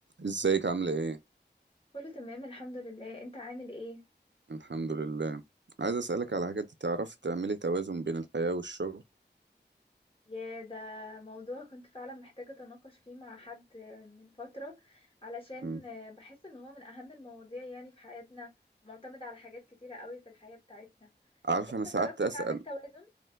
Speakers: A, on the right; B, on the left.
A: ازيك عاملة ايه؟
B: كله تمام الحمد لله انت عامل ايه
A: الحمد لله عايز اسألك على حاجة انت تعرفي تعملي توازن بين الحياة والشغل
B: يا ده موضوع كنت فعلا محتاجة اتناقش فيه مع حد من فترة علشان
A: مم.
B: بحس ان هو من اهم المواضيع يعني في حياتنا معتمد على حاجات كتيرة قوي في الحياة بتاعتنا
A: عارفة
B: انت
A: انا ساعات
B: جربت
A: اسأل
B: تعمل توازن